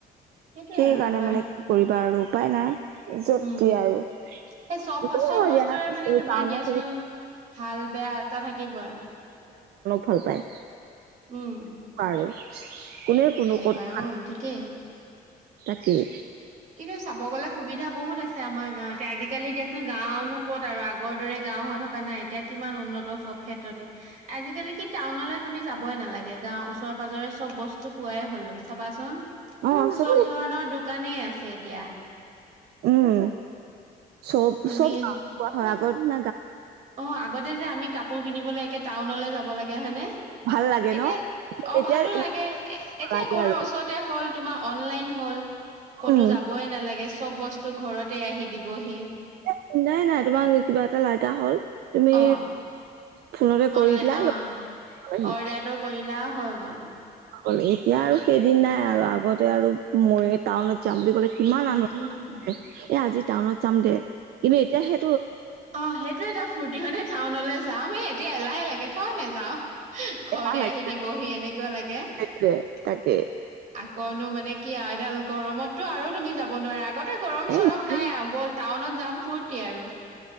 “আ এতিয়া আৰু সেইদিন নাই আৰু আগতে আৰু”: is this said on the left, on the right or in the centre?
Right